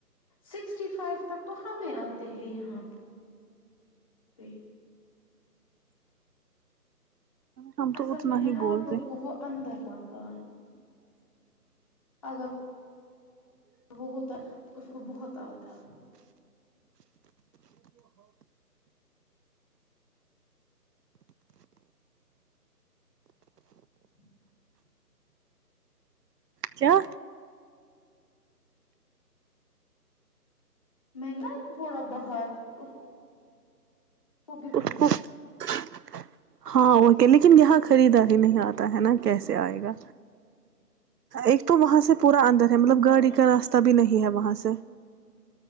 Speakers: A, on the left; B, on the right.
A: سکسٹی فائیو تک تو ہمیں آتے ہیں یہاں پے
B: ہم تو
A: اصل
B: اتنا
A: میں ہے
B: ہی
A: نا
B: بولتے
A: آپ لوگ
B: ہیں
A: وہ اندر مکان اگر اور وہ ہوتا اس کو بہت آتا <inaudible>
B: کیا
A: میں نا تھوڑا باہر اس کو بھی
B: <inaudible>
A: بہت
B: ہاں وہ لیکن یہاں خریداری نہیں آتا ہے نا کیسے آئے گا ایک تو وہاں سے پورا
A: ہاں
B: اندر
A: وہ
B: ہے مطلب
A: بھی بات
B: گاڑی کا
A: ہے
B: راستہ
A: نا
B: بھی نہیں ہے وہاں سے <inaudible>